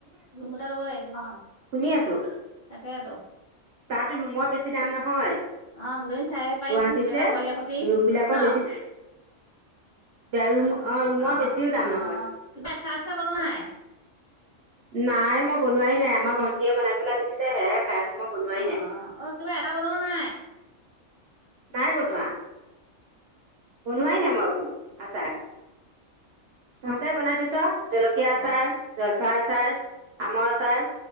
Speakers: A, on the left; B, on the right.
A: ৰুম এটা লব লাগিব অ
B: শুনি আছো
A: তাকে আৰু
B: তাত ৰুমৰ বেছি দাম নহয়
A: অ গোটেইদিন চাই পাৰিম
B: গুৱাহাটীত
A: গোটেইকেইটা
B: যে
A: পোৱালিয়ে হতি
B: ৰুম বিলাকৰ
A: ন
B: বেছি ৰুম
A: অ
B: ৰুমৰ
A: অ
B: বেছিও দাম
A: অ
B: নহয়
A: অ কিবা চাহ চাহ বনোৱা নাই
B: নাই মই বনোৱাই নাই আমাৰ ভন্টিয়ে বনাই পেলাই দিছিলে হেয়াই খাই আছো মই বনোৱাই
A: অ
B: নাই
A: অ অ কিবা এটা বনোৱা নাই
B: নাই বনোৱা বনোৱাই নাই মই একো আচাৰ তহঁতে বনাই থৈছ জলকীয়া
A: অ
B: আচাৰ জলফাই আচাৰ আমৰ আচাৰ